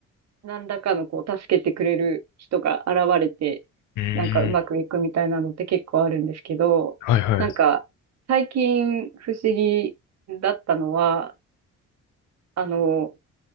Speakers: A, on the right (about 60°); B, on the left (about 85°).
A: 何らかのこう、助けてくれる人が現れて、
B: うー
A: なんかうまくいくみたいなのって結構あるんですけど、
B: ん、はいはい。
A: なんか、最近不思議だったのは、あの、